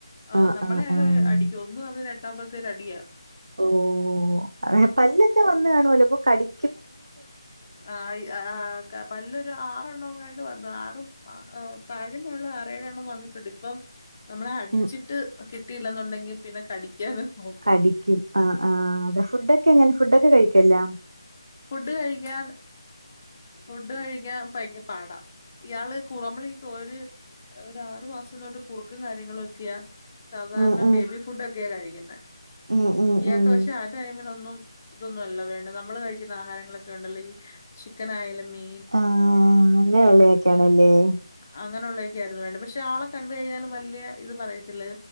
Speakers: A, on the left; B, on the right.
A: ആ
B: ആഹ്
A: നമ്മളെ
B: ആഹ്
A: ആയാലും
B: ആഹ്
A: അടിക്കും ഒന്നുപറഞ രണ്ടാ മത്തേല്അടിയാ.
B: ഓ അതെപല്ലൊക്കെ വന്ന് കാണോലൊ ഇപ്പോ കടി
A: ആയീ ആആ.. ക പല്ലൊരു ആറെ എണ്ണോങ്ങാണ്ട് വന്നു ആറും താഴെ പോലുള്ള ആറേഏഴെണ്ണം വന്നിട്ടുണ്ട് ഇപ്പം നമ്മള അടിച്ചിട്ട്
B: ഉം
A: കിട്ടിയില്ലെന്നൊണ്ടെങ്കിൽ പിന്നെ കടിക്കാനെ നോ
B: കടിക്കും ആഹ് ആ അ ഫുഡൊക്കെ എങ്ങനെ ഫുഡൊക്കെ കഴിക്കല്ലോ?
A: ഫുഡ് കഴിക്കാൻ ഫുഡ് കഴിക്കാൻ ഭയങ്കര പാടാ. ഇയാള് കുറമ്പളി കൊര് ഒരആറു മാസം തൊട്ട് കുറുക്കും കാര്യങ്ങളും ഒക്കെയാ. സാധാരണ
B: ഉം ഉം
A: ബേബി ഫുഡൊക്കെയ കഴിക്കുന്നേ
B: ഉം ഉം
A: ഇയാക്ക്പക്ഷെ
B: ഉം
A: അ ടൈമിനൊന്നും ഇതൊന്നുല്ല വേണ്ട നമ്മള് കഴിക്കുന്ന ആഹാരങ്ങളൊക്കെ ഉണ്ടല്ലോ ഈ ചിക്കൻ ആയാലും മീ
B: ആഹ് ഹ് അങ്ങനൊളളയൊക്കെയാണല്ലേ?
A: അങ്ങനെയുള്ളതൊക്കെയായിരുന്നു വേണ്ടത് പക്ഷെ ആളെ കണ്ട് കഴിഞ്ഞാൽ വലിയ ഇത് പറയത്തില്ല